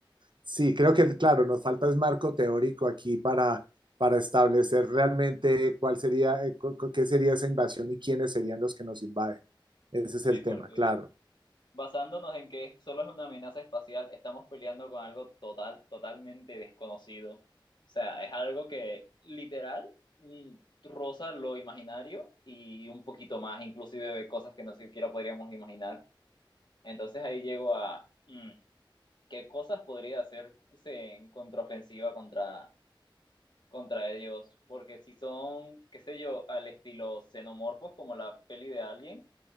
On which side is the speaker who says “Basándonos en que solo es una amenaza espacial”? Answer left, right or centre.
Left